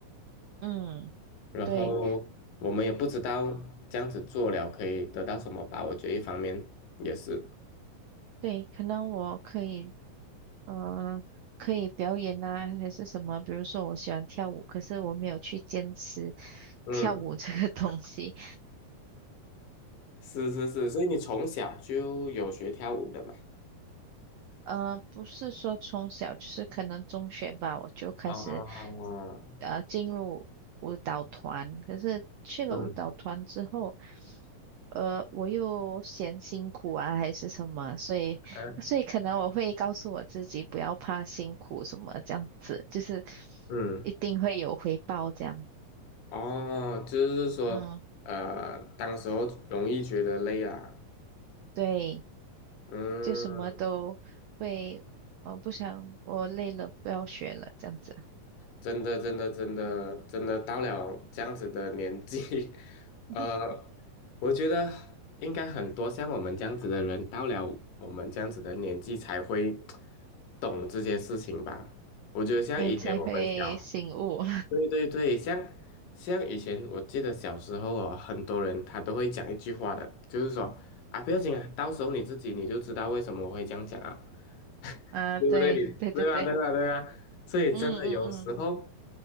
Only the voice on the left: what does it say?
然嗯后我们也不知道这样子做了可以得到什么吧。
我觉得一方面也是，
嗯，
是是是，所以你从小就有学跳舞的嘛？
哦，
嗯
嗯
嗯，
哦，就是说，
呃，当时候容易觉得累啦，
嗯
真的，真的，真的，真的到了这样子的年纪，<laughs> 呃，
我觉得应该很多像我们这样子的人，到了我们这样子的年纪才会懂这些事情吧。我觉得像以前我们小，
对对对，像像以前，我记得小时候哦，很多人他都会讲一句话的，就是说啊，不要紧啊，到时候你自己你就知道为什么我会这样讲啊。
对不对？
你对啊，
对啊，对啊。所以真的有时候